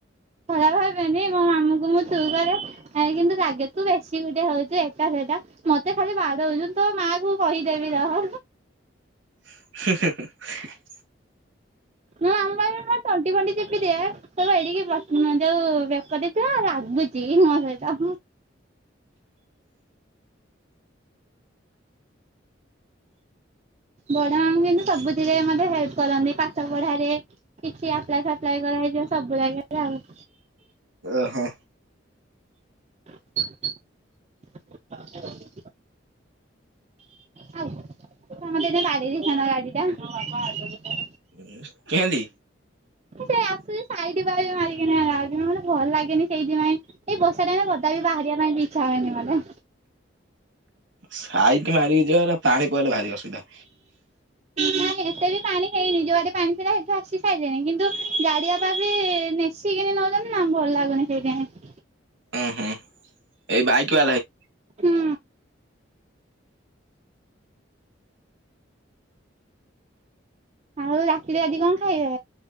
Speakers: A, on the right; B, on the right.
A: ଖରାପ ଭାବେନି ମୋ ମାମୁଁଙ୍କୁ ମୁଁ ତୁ କରେ। ଆଇ କିନ୍ତୁ ରାଗେ ତୁ ବେଶି ଗୁଟେ ହଉଛ ଏଇଟା ସେଟା। ମତେ ଖାଲି ବାଡଉଚୁ ତୋ ମାଆ କୁ କହିଦେବି ରହ।
B: <inaudible>
A: ମୋ ମାମୁଁ ପାଇଁ ମୁଁ ମ ତଣ୍ଟି ଫଣ୍ଟି ଚପିଦିଏ। କହିବ ଏଡିକି ବକ ଯୋଉ ବେକଟେ ଛୁଆ ଲାଗୁଛି ମୋ ସହିତ ବଡ ମାମୁଁ କିନ୍ତୁ ସବୁଥିରେ ମତେ ହେଲ୍ପ କରନ୍ତି ପାଠ ପଢ଼ାରେ। କିଛି ଆପ୍ଲାଏ ଫାପ୍ଲାଏ କରାହେଇଯିବ ସବୁ ଜାଗାରେ ଆଉ।
B: ଅହୋ।
A: <unintelligible> ଆଉ ମତେ ଏଇନା ବାଡେଇ ଦେଇଥାନ୍ତା ଗାଡ଼ିଟା।
B: ଉଁ କେଇନ୍ତି।
A: ସେ ଆସୁଛି ସାଇଟି ଫାଇଟି ମାରିକିନି ଆଉ ମତେ ଭଲ ଲାଗେନି ସେଇଥିପାଇଁ ଏ ବର୍ଷା ଟାଇମ ରେ ଗଦା ବି ବାହାରିବା ପାଇଁ ବି ଇଚ୍ଛା ହୁଏନି ମତେ।
B: ସାଇଟି ମାରିକି ଯିବ ହେଲେ ପାଣି ପଇଲେ ଭାରି ଅସୁବିଧା।
A: <unintelligible> ନାଇଁ ଏତେ ବି ପାଣି ହେଇନି ଯୋଉ ଆଡେ ପାଣି ଥିଲା ସେଠୁ ଆସି ସାଇଲିନି କିନ୍ତୁ ଗାଡି ଆବାବି ନି ସିକିିନି ନଉଛନ୍ତି ଆମକୁ ଭଲ ଲାଗୁନି ସେଥିପାଇଁ।
B: ଉଁ ହୁଁ ଏଇ ବାଇକ ବାଲା ହେଇ
A: ହୁଁ ଆଉ ରାତିରେ ଆଜି କଣ ଖାଇବା?